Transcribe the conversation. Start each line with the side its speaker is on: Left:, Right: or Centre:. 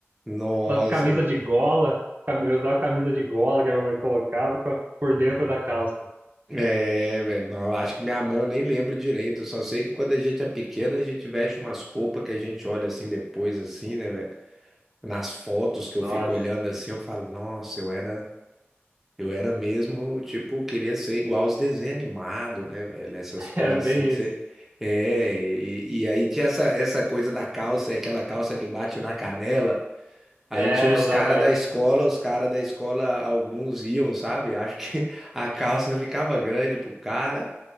Centre: nossa.
Right: Umas camisas
Centre: velho.
Right: de gola, cami- eu usava camisa de gola que a minha mãe colocava com a- por dentro da calça.
Centre: É, velho, não, acho que minha mãe eu nem lembro direito. eu Só sei que quando a gente é pequena, a gente veste umas roupas que a gente olha assim depois, assim, né, velho? Nas fotos que eu
Right: Nossa,
Centre: fico olhando assim, eu falo, nossa, eu era, eu era mesmo, tipo, queria ser igual aos desenhos animados, né, velho? Essas
Right: <laughs>
Centre: coisas
Right: era bem
Centre: assim que você.
Right: isso.
Centre: É, e, e aí tinha essa, essa coisa da calça, é aquela calça que bate na canela. Aí
Right: É,
Centre: tinha uns
Right: eu usava
Centre: caras
Right: essa
Centre: da escola, os caras da escola, alguns iam, sabe? Acho que <laughs> a calça ficava grande pro cara.